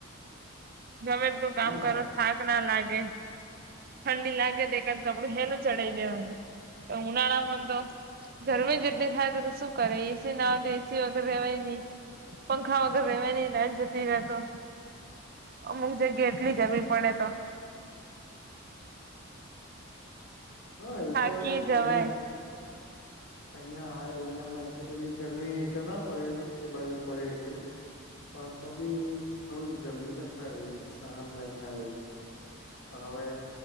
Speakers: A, on the right; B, on the left.
A: ગમે તું કામ
B: હા
A: કરો થાક ના લાગે ઠંડી લાગે તો એકાદ કપડું હેનું ચડાય દેવાનું પણ ઉનાળા માં તો ગરમી જ એટલી થાય તો શું કરે એસી ના હો તો એસી વગેર રેવાય ની પંખા વગર રેવાય ની લાઈટ જતી રે તો અમુક જગ્યા એટલી ગરમી પડે તો
B: હા એ
A: થાકી
B: તો
A: જવાય
B: અહિયા અહિયાં આ એરિયામાં એટલી બધી ગરમી તો ના પડે એ બાજુ પડે એટલે પણ તો બી ખરું ગરમી તો ખરી સહન નઈ થાય પણ હવે